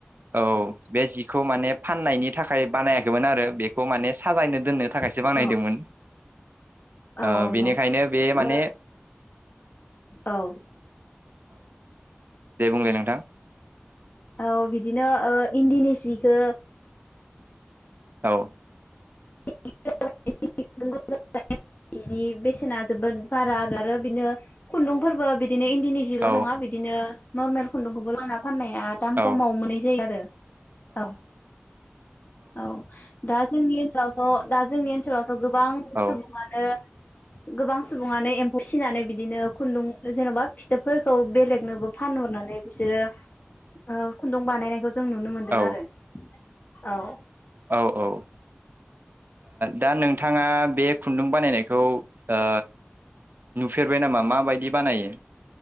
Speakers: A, on the right; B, on the left.
A: औ बे जिखौ माने फाननायनि थाखाय बानायाखैमोन आरो बेखौ माने साजायनो दोननो थाखायसो
B: औ
A: बानायदोंमोन।
B: औ
A: ओ
B: औ
A: बेनिखायनो
B: नंगौ
A: बे माने
B: ओ औ
A: बुंदो नोंथां
B: औ बिदिनो ओ इन्दिनि सिखौ
A: औ
B: <unintelligible> बिनि बेसेना जोबोद बारा आरो आरो बिनो खुन्दुंफोरबो बि बिदिनो इन्दिनि जल'
A: औ
B: नङा बिदिनो नर्मेल खुन्दुं <unintelligible> फाननाया दाम
A: औ
B: खमाव मोननाय जायो आरो औ औ दा जोंनि थ' दा जोंनि ओनसोलावथ' गोबां
A: ओ औ
B: सुबुङानो गोबां सुबुङानो एम्फौ फिसिनानै बिदिनो खुन्दुं जेन'बा फिथोबफोरखौ बेलेगनोबो फानहरनानै बिसोरो ओ खुन्दुं बानायनायखौ जों नुनो मोनदों
A: औ
B: आरो औ
A: औ औ दा ओ नोंथाङा बे खुन्दुं बानायनायखौ ओ नुफेरबाय नामा माबायदि बानायो?